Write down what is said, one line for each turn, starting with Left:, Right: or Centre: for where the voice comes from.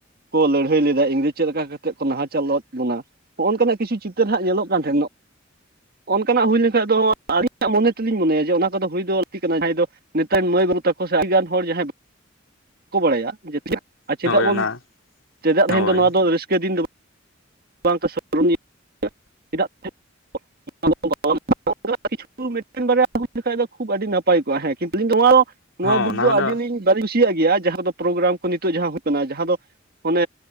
Right: ᱠᱚ ᱞᱟᱹᱲᱦᱟᱹᱭ ᱞᱮᱱ ᱤᱝᱨᱮᱡ ᱪᱮᱫ ᱞᱮᱠᱟ ᱠᱟᱛᱮᱫ ᱠᱚ ᱱᱟᱦᱟᱪᱟᱞᱮᱫ ᱵᱚᱱᱟ ᱱᱚᱜ-ᱚ ᱱᱚᱝᱠᱟᱱᱟᱜ ᱠᱤᱪᱷᱩ ᱪᱤᱛᱟᱹᱨ ᱦᱟᱸᱜ ᱧᱮᱞᱚᱜ ᱠᱟᱱ ᱛᱟᱦᱮᱱᱟ ᱾ ᱚᱱᱠᱟᱱᱟᱜ ᱦᱩᱭ ᱞᱮᱱᱠᱷᱟᱱ ᱫᱚ ᱟᱹᱞᱤᱧᱟᱜ ᱢᱚᱱᱮ ᱛᱮᱞᱤᱧ ᱢᱚᱱᱮᱭᱟ ᱡᱮ ᱚᱱᱟ ᱠᱚᱫᱚ ᱦᱩᱭ ᱫᱚ ᱞᱟᱠᱛᱤ ᱠᱟᱱᱟ ᱡᱟᱦᱟᱸᱭ ᱫᱚ ᱱᱮᱛᱟᱨ ᱢᱟᱹᱭ ᱵᱟᱹᱵᱩ ᱛᱟᱠᱚ ᱥᱮ ᱟᱹᱰᱤᱜᱟᱱ ᱦᱚᱲ ᱡᱟᱦᱟᱸᱭ ᱵᱟᱠᱚ ᱵᱟᱲᱟᱭᱟ ᱪᱮᱫᱟᱜ
Left: ᱦᱳᱭ
Right: ᱵᱚᱱ
Left: ᱚᱱᱟ
Right: ᱪᱮᱫᱟᱜ ᱛᱮᱦᱮᱧ
Left: ᱦᱳᱭ
Right: ᱫᱚ ᱱᱚᱣᱟ ᱫᱚ ᱨᱟᱹᱥᱠᱟᱹ ᱫᱤᱱ ᱫᱚ ᱵᱟᱝ <unintelligible> ᱩᱱᱚᱜ ᱠᱤᱪᱷᱩ ᱢᱤᱫᱴᱮᱱ ᱵᱟᱨᱭᱟ ᱦᱩᱭ ᱞᱮᱠᱷᱟᱱ ᱫᱚ ᱠᱷᱩᱵ ᱟᱹᱰᱤ ᱱᱟᱯᱟᱭ ᱠᱚᱜ-ᱟ ᱦᱮᱸ ᱠᱤᱱᱛᱩ ᱤᱧ ᱱᱚᱣᱟ
Left: ᱦᱚᱸ
Right: ᱱᱚᱣᱟ ᱵᱤᱫ
Left: ᱚᱱᱟ
Right: ᱫᱚ
Left: ᱠᱚᱫᱚ
Right: ᱟᱹᱰᱤ ᱞᱤᱧ ᱵᱟᱞᱤᱧ ᱠᱩᱥᱤᱭᱟᱜ ᱜᱮᱭᱟ ᱡᱟᱦᱟᱸ ᱫᱚ ᱯᱨᱳᱜᱨᱟᱢ ᱠᱚ ᱱᱤᱛᱚᱜ ᱡᱟᱦᱟᱸ ᱦᱩᱭᱩᱜ ᱠᱟᱱᱟ ᱡᱟᱦᱟᱸ ᱫᱚ ᱚᱱᱮ